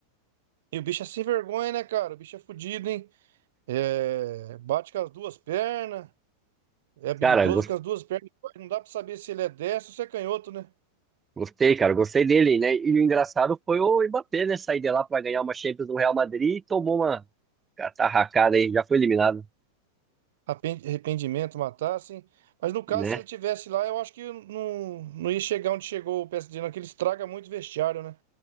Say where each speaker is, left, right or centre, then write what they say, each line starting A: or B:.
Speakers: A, on the right (about 75°); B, on the right (about 20°).
A: E o bicho é sem vergonha, né, cara? O bicho é fudido, hein? É, Bate com as duas pernas, é habilidoso
B: Cara, gos-
A: com as duas pernas. Não dá pra saber se ele é destro ou se é canhoto, né?
B: gostei, cara, gostei dele, né? E o engraçado foi o Mbappé, né, sair de lá pra ganhar uma Champions no Real Madrid e tomou uma catarracada aí, já foi eliminado,
A: Arrepen- Arrependimento, matar, assim. Mas no caso,
B: né?
A: se ele tivesse lá, eu acho que não, não ia chegar onde chegou o PSG, não, que ele estraga muito o vestiário, né?